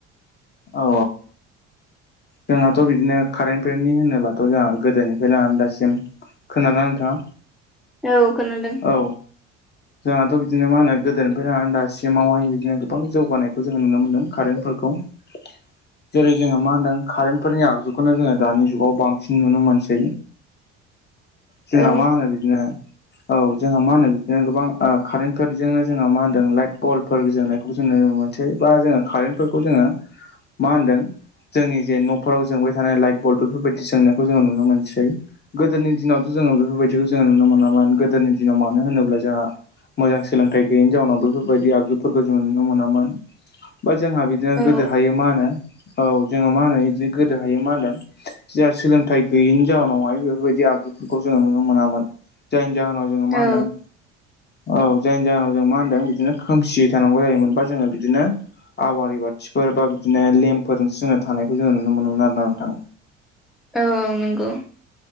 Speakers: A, on the left; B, in the centre.
A: औ जोंहाथ' बिदिनो कारेन्ट पेरनि होनोबाथ' जोंहा गोदोनिफ्राय लानानै दासिम खोनादों ना नोंथाङा?
B: औ खोनादों
A: औ जोंहाथ' बिदिनो मा होनो गोदोनिफ्राय लानानै दासिमावहाय बिदिनो गोबां जौगानायखौ जोङो नुनो मोनदों कारेन्टफोरखौ <inaudible> जेरै जोङो मा होनदों कारेन्टफोरनि आगजुखौनो जोङो दानि जुगाव बांसिन नुनो मोनसै जों
B: औ
A: मा होनो बिदिनोहाय औ जोंहा मा होनदों बिदिनो गोबां कारेन्टफोरजोंनो जोंहा मा होनदों लाइट बल्फोरजोंनो खौ जोङो मोनसे बा जोङो कारेनफोरखौ जोङो मा होनदों जोंनि जे न' फोराव जोंबाय थानाय लाइट बल बेफोरबायदि जोंनायखौ जोङो नुनो मोनसै। गोदोनि दिनावथ' जोङो बेफोरबायदिखौ जोङो नुनो मोनामोन गोदोनि दिनाव मानो होनोब्ला जोंहा मोजां सोलोंथाइ गैयैनि जाउनाव बेफोरबायदि आगजुफोरखौ जोङो नुनो मोनामोन बा जोंहा बिदिनो
B: औ
A: गोदो हायो मा होनो औ जोङो मा होनो बिदिनो गोदो हायो मा होनदों जोंहा सोलोंथाइ गैयिनि जााहोनावहाय बेफोरबायदि आदबफोरखौ जोङो नुनो मोनामोन। जायनि जाहोनाव जोङो मा
B: औ
A: होनदों औ जायनि जाहोनाव जों मा होनदों बिदिनो खोमसियै थानांगौ जायोमोनबा जोङो बिदिनो आवारि बाथिफोर बा बिदिनो लेम्पफोरजोंसो जोङो थानायखौ जोङो नुनो मोनोमोन आरो ना नोंथां।
B: औ-औ नंगौ।